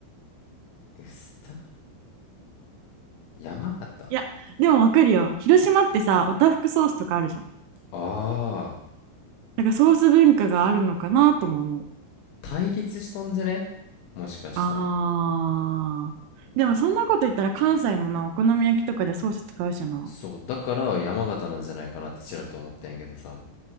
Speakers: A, on the left; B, on the right.
A: ウスタ山形
B: いや、でもわかるよ。広島ってさ、おたふくソースとかあるじゃん。
A: ああー
B: なんかソース文化があるのかなとも思う。
A: 対立しとんじゃねもしかしたら
B: あー。でもそんなこと言ったら関西もな、お好み焼きとかでソース使うしな。
A: そう、だから山形なんじゃないかなってちらっと思ったんやけどさ。